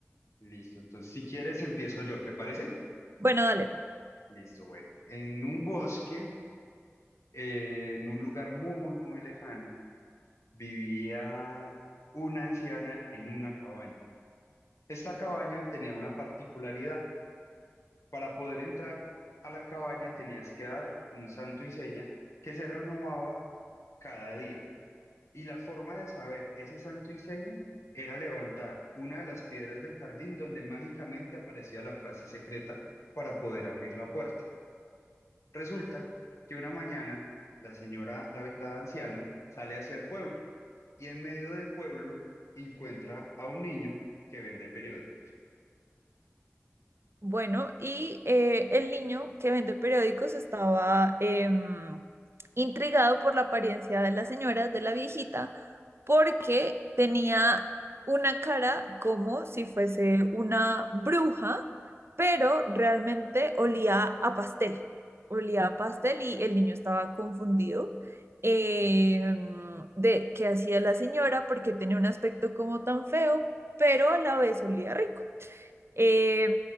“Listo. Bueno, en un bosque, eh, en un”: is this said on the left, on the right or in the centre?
Left